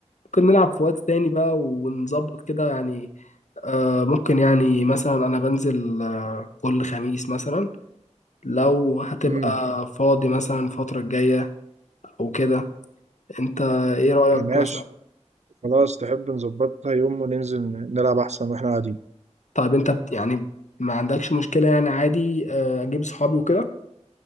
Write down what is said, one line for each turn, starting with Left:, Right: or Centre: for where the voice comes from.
Left: ممكن نلعب في وقت تاني بقى ونظبط كده يعني آه ممكن يعني مثلا انا بنزل آه كل خميس مثلا لو هتبقى
Right: امم
Left: فاضي مثلا الفتره الجايه او كده انت ايه رايك
Right: ماشي
Left: مثلا
Right: خلاص تحب نظبطها يوم وننزل نلعب أحسن واحنا قاعدين
Left: طيب انت بت- يعني ما عندكش مشكله يعني عادي آه اجيب صحابي وكده